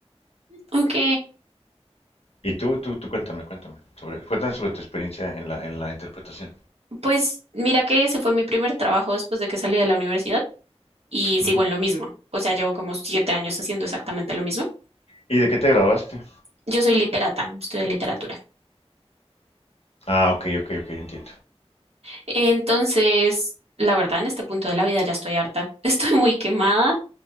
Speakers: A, on the right; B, on the left.
A: Ok.
B: Y tú, tú, tú cuéntame, cuéntame sobre, cuéntame sobre tu experiencia en la, en la interpretación.
A: Pues mira que ese fue mi primer trabajo después de que salí de la universidad. y sigo
B: Ujú.
A: en lo mismo. O sea, llevo como siete años haciendo exactamente lo mismo.
B: ¿Y de qué te graduaste?
A: Yo soy literata, estudio literatura.
B: Ah, ok, ok, ok, entiendo.
A: Entonces, la verdad, en este punto de la vida ya estoy harta. <laughs> Estoy muy quemada